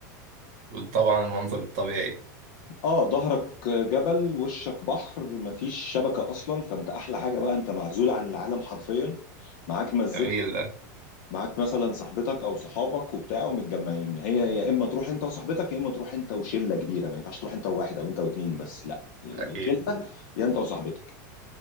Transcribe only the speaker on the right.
طبعا المنظر الطبيعي
جميل ده
اكيد